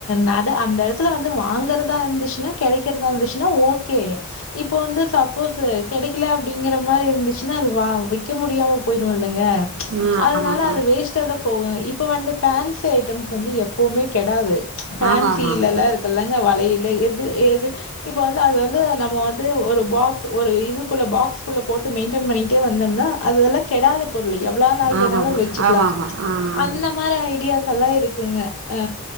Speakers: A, on the left; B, on the right.
A: நட அந்த இடத்துல வந்து வாங்கறதா இருந்துச்சுன்னா கிடைக்கிறதா இருந்துச்சுன்னா ஓகே இப்ப வந்து சப்போஸ்ஸு கிடைக்கல அப்படிங்கிற மாரி இருந்துச்சுன்னா அது வா விக்க முடியாம போயிருமில் லங்க ம்ச்
B: ஆமாம்
A: அதனால அத்
B: ஆமாம்
A: அது வேஸ்ட்டா தா போகு இப்ப வந்த போன்சி ஐட்டம்ஸ் வந்து எப்பவுமே கெடாது ம்ச் போன்சியில
B: ஆமாம் ஆமாம் ஆமாம் ஆமாம்
A: எல்லா இருக்குல்லங்க வளையல்லு எது எது இப்ப வந்து அது வந்து நம்ம வந்து ஒரு பாக்ஸ் ஒரு இதுக்குள்ள பாக்ஸ்குள்ள போட்டு மெயின்டெின் பண்ணிட்டே வந்தோம்னா அத எல்லா கெடாத பொருளு எவ்ளா நாள்
B: ஆமாம்
A: வேணாலு
B: ஆமாம்
A: வெச்சுக்கலா
B: ஆமாம்
A: ம்ச்
B: ஆமாம்
A: அந்தம் மாரி ஐடியாஸ் எல்லா இருக்குங்க ஆ